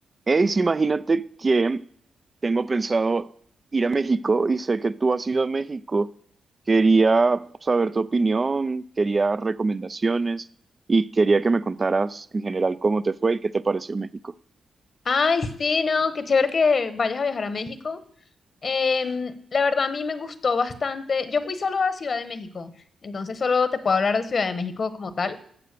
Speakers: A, on the right; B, on the left.
A: Ace, imagínate que tengo pensado ir a México y sé que tú has ido a México. Quería saber tu opinión, quería recomendaciones y quería que me contaras en general cómo te fue y qué te pareció México.
B: Ay, sí, no, qué chévere que vayas a viajar a México. Em, la verdad a mí me gustó bastante. Yo fui solo a Ciudad de México, entonces solo te puedo hablar de Ciudad de México como tal,